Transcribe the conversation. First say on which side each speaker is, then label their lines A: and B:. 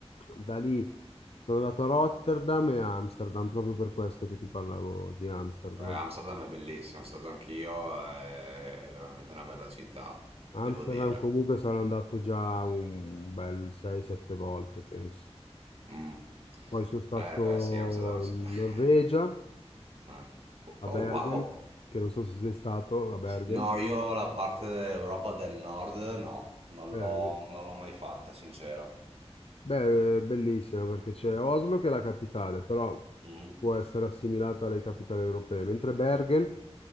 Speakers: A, on the left; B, on the right.
A: da lì, sono andato a Rotterdam e a Amsterdam, proprio per questo che ti parlavo di Amsterdam.
B: Eh, Amsterdam è bellissima, sono stato anch'io, è veramente una bella città,
A: Amsterdam
B: devo dire.
A: comunque sarò andato già un bel 6-7 volte, penso.
B: Mh.
A: Poi sono stato
B: Eh beh sì, Amsterdam è una città
A: in Norvegia,
B: <laughs> eh.
A: a
B: Oh
A: Bergen,
B: wow!
A: che non so se sei stato a Bergen.
B: No, io la parte dell'Europa del Nord no, non
A: Eh,
B: l'ho non l'ho mai fatta, sincero.
A: Beh, è bellissima perché c'è Oslo che è la capitale, però
B: Mh.
A: può essere assimilata alle capitali europee, mentre Bergen,